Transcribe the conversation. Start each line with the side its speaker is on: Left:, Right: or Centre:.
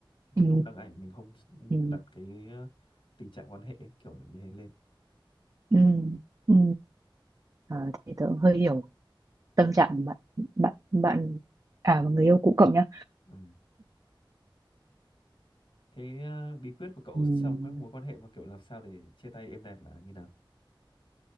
Left: mình
Right: Ừ.
Left: không đăng ảnh mình không
Right: Ừ.
Left: đặt cái ờ, tình trạng quan hệ ấy, kiểu như thế lên
Right: Ừ. Ừ. Ờ, thì tớ cũng hơi hiểu tâm trạng của bạn bạn bạn à và người yêu cũ cậu nhá
Left: ừ. thế ờ, bí quyết của cậu
Right: Ừm,
Left: trong các mối quan hệ và kiểu làm sao để chia tay êm đẹp là như nào